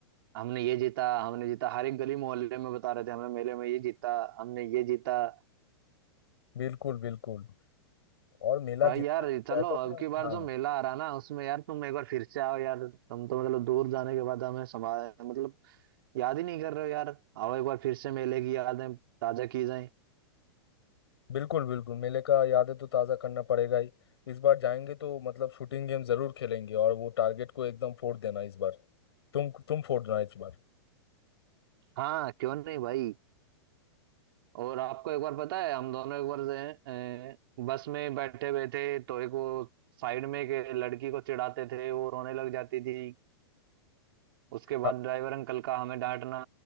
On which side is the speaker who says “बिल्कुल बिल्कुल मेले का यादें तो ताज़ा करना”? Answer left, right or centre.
Left